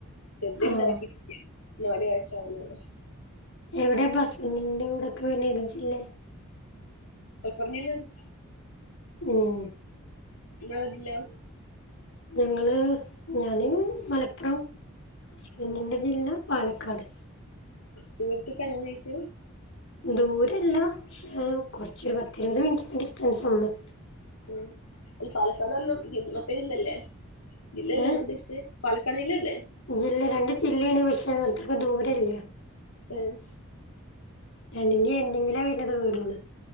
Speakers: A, on the left; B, on the left.
A: ചെർത്
B: ആഹ്
A: പിന്നെ ആക്കീട്ടില്ല നാല് വയസ്സാവുന്നുള്ളൂ
B: എവിടേപ്പൊ ഹസ്ബൻ്റിന്റെ വീടൊക്കെ വര്ന്നെ ഏത് ജില്ലെ
A: മലപ്പുറം ജില്ലന്നെ
B: ഉം
A: ഇങ്ങളെവ്ടില്ലാ
B: ഞങ്ങള് ഞാന് മലപ്പുറം ഹസ്ബൻഡിൻ്റെ
A: ഉം
B: ജില്ല പാലക്കാട്
A: ദൂരത്ത്ക്കാ കല്ല്യാണം കഴിച്ചൂ
B: ദൂരല്ല പക്ഷേ കൊർച്ചൊരു പത്തിരുപത് മിൻറ്റിൻ്റെ ഡിസ്റ്റൻസൊള്ളു
A: ഏഹ് ഈ പാലക്കാട്ർഞ്ഞാ മറ്റേ ജില്ലല്ലേ ജില്ലല്ലെ
B: ഏ
A: ഇങ്ങള് ഉദ്ദേശിച്ചെ പാലക്കാട് ജില്ലല്ലേ
B: ജില്ല രണ്ട് ജില്ലേണ് പക്ഷെ അത്രക്ക് ദൂരല്ല
A: ഏഹ്
B: രണ്ടിന്റിം എൻ്റിങ്ങിലാ വരുന്നത് വീടാള്